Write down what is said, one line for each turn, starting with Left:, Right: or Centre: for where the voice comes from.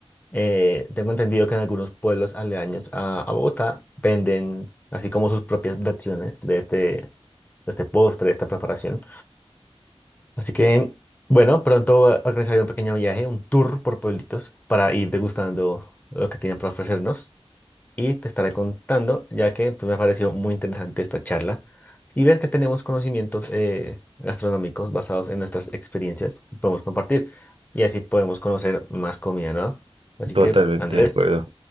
Left: Eh, tengo entendido que en algunos pueblos aledaños a, a Bogotá venden así como sus propias versiones de este, de este postre, de esta preparación. Así que, bueno, pronto organizaré un pequeño viaje, un tour por pueblitos para ir degustando lo que tienen para ofrecernos. y te estaré contando, ya que pues, me pareció muy interesante esta charla y ver que tenemos conocimientos eh, gastronómicos basados en nuestras experiencias y podemos compartir y así podemos conocer más comida, ¿no? Así
Right: totalmente
Left: que, Andrés,
Right: de acuerdo.